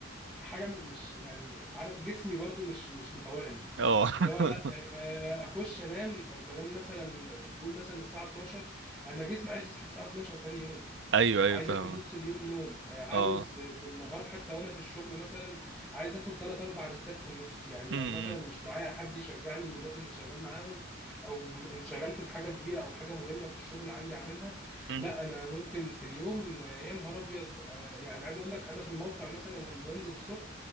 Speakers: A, in the centre; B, on the right.
A: حاجه مش يعني عارف جسمي برضه مش مش مطاوعني
B: اه <laughs>
A: اللي هو لا آه، آه، اخش انام آه، بنام مثلا قول مثلا الساعه 12 انا جسمي عايز يصحى الساعه 12 ثاني يوم
B: ايوه ايوه
A: عايز
B: فاهمه
A: اخد نص اليوم نوم آه، عاوز
B: اه
A: آه، بالنهار حتى وانا في الشغل مثلا عايز اخد ثلاث اربع ريستات في النص يعني لو
B: امم
A: مثلا مش معايا حد يشجعني من الناس اللي شغال معاهم او انشغلت في حاجه كبيره او حاجه مهمه في الشغل عندي اعملها
B: امم
A: لا انا ممكن في اليوم آه، يا نهار ابيض آه، يعني عايز اقول لك انا في الموقع مثلا لما بنزل الصبح